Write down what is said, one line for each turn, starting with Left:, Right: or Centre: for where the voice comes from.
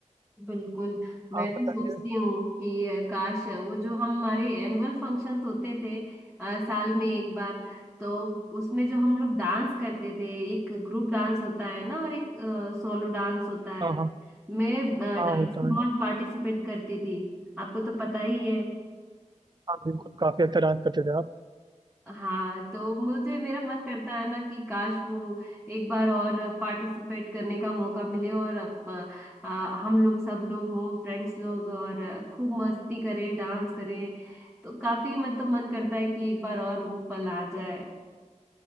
Centre: बिल्कुल मैं
Right: आप
Centre: भी
Right: बताइए
Centre: सोचती हूँ कि अ, काश अ, वो जो हम हमारे एनुअल फंक्शंस होते थे अ, साल में एक बार तो उसमें जो हम लोग डांस करते थे एक ग्रुप डांस होता है ना और एक सोलो डांस होता है
Right: हाँ हाँ
Centre: मैं
Right: हाँ
Centre: डांस
Right: होता
Centre: में
Right: है
Centre: बहुत
Right: ना
Centre: पार्टिसिपेट करती थी आपको तो पता ही है
Right: हाँ बिल्कुल काफी अच्छा डांस करते थे आप
Centre: हाँ तो मुझे मेरा मन करता है ना कि काश वो एक बार और पार्टिसिपेट करने का मौका मिले और अप- आ, हम लोग सब लोग हों फ्रेंड्स लोग और खूब मस्ती करें डांस करें तो काफी मतलब मन करता है कि एक बार और वो पल आ जाए